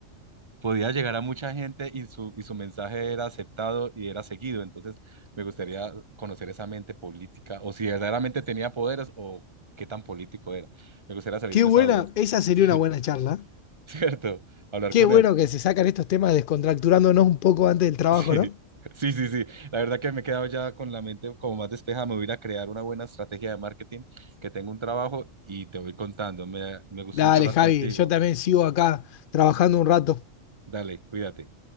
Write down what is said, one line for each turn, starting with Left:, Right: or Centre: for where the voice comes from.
Right: podía llegar a mucha gente y su, y su mensaje era aceptado y era seguido. Entonces, me gustaría conocer esa mente política o si verdaderamente tenía poderes o qué tan político era. Me gustaría salir
Left: Qué
Right: de
Left: buena,
Right: esa duda. <laughs>
Left: esa sería
Right: Sí,
Left: una buena charla.
Right: cierto. Hablar
Left: Qué
Right: con
Left: bueno
Right: él.
Left: que
Right: <laughs>
Left: se sacan estos temas descontracturándonos un poco antes del trabajo,
Right: Sí.
Left: ¿no?
Right: Sí, sí, sí. La verdad que me he quedado ya con la mente como más despejada. Me voy a ir a crear una buena estrategia de marketing, que tengo un trabajo y te voy contando. Me, me gustó
Left: Dale,
Right: mucho hablar
Left: Javi,
Right: contigo.
Left: yo también sigo acá trabajando un rato.
Right: Dale, cuídate.